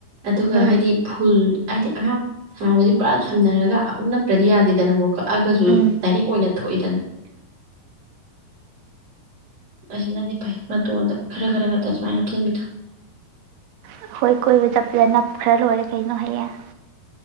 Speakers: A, on the right; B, on the right.
A: ꯑꯗꯨꯒ
B: ꯎꯝ
A: ꯍꯥꯏꯗꯤ ꯐꯨꯜ ꯍꯥꯏꯗꯤ ꯑꯍꯥ ꯁꯥꯡꯕꯁꯤ ꯄꯨꯔꯥ ꯁꯝꯅꯔꯒ ꯑꯃꯨꯛ ꯅꯞꯇ꯭ꯔꯗꯤ ꯌꯥꯗꯦꯗꯅꯀꯣ ꯀꯛꯑꯒꯁꯨ
B: ꯎꯝ
A: ꯗꯥꯏꯔꯦꯛ ꯑꯣꯏꯅ ꯊꯣꯛꯏꯗꯅ ꯑꯁꯤꯅꯗꯤ ꯐꯩ ꯃꯇꯣꯟꯗ ꯈꯔ ꯈꯔ ꯈꯛꯇ ꯁꯨꯃꯥꯏꯅ ꯍꯥꯞꯆꯤꯟꯕꯤꯗꯣ
B: ꯑꯩꯈꯣꯏ ꯀꯣꯏꯕ ꯆꯠꯄꯗ ꯅꯞ ꯈꯔ ꯂꯣꯏꯔꯦ ꯀꯩꯅꯣ ꯍꯩꯌꯦꯡ